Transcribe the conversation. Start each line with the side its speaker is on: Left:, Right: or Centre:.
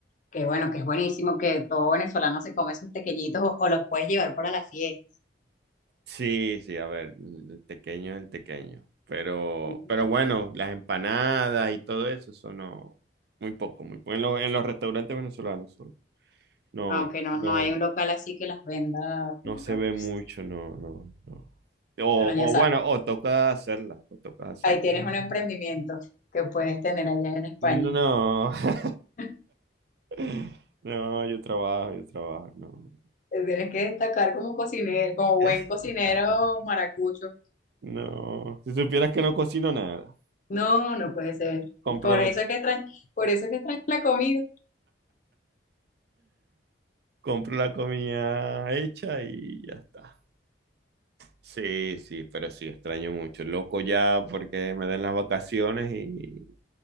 Left: que bueno, que es buenísimo, que todo venezolano se come sus tequeñitos o, o los puedes llevar para la fiesta.
Right: Sí, sí, a ver, el tequeño es el tequeño. Pero,
Left: Ujú.
Right: pero bueno, las empanadas y todo eso, eso no, muy poco, muy poco. En los, en los restaurantes venezolanos solo. No,
Left: Aunque no,
Right: no,
Left: no hay un local así que las venda
Right: no
Left: como
Right: se
Left: acá,
Right: ve
Left: pues.
Right: mucho, no, no, no. O,
Left: Bueno, ya
Right: o
Left: sabes.
Right: bueno, o toca hacerla, o toca hacerla.
Left: Ahí tienes un emprendimiento que puedes tener allá en España.
Right: No, <laughs>
Left: <laughs>
Right: no, no, yo trabajo, yo trabajo, no.
Left: Te Tienes que destacar como cocinero, como
Right: <laughs>
Left: buen cocinero maracucho.
Right: No, si supieras que no cocino nada,
Left: No, no puede ser.
Right: compro
Left: Por
Right: la,
Left: eso es que extraño, por eso es que extraño la comida.
Right: compro la comida hecha y ya está. Sí, sí, pero sí, extraño mucho. Loco ya porque me den las vacaciones y,